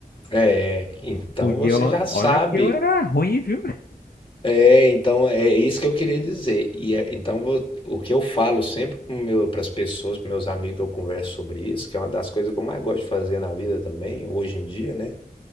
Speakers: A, on the left; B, on the left.
A: É, então você
B: E eu,
A: já sabe
B: olha que eu era ruim, viu?
A: É, então é isso que eu queria dizer. E é- então vo- o que eu falo sempre para as pessoas, para meus amigos que eu converso sobre isso, que é uma das coisas que eu mais gosto de fazer na vida também, hoje em dia, né?